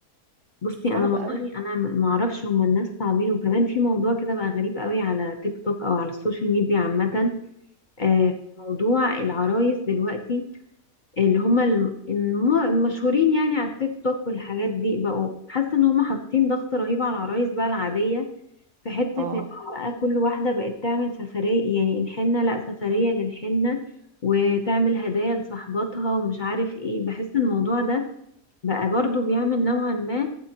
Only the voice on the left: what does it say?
بصي
انا والله
انا ما اعرفش هما الناس صعبين وكمان في موضوع كده بقى غريب قوي على تيك توك او على السوشيال ميديا عامة آه
موضوع العرايس دلوقتي اللي هما الم- الم- المشهورين يعني على التيك توك والحاجات دي بقوا حاسه ان هما حاطين ضغط رهيب على العرايس بقى العاديه في حته
ان بقى كل واحده بقت تعمل سفريه يعني الحنه لا سفريه للحنه وتعمل هدايا لصاحباتها ومش عارف ايه بحس الموضوع ده بقى برضو بيعمل نوعا ما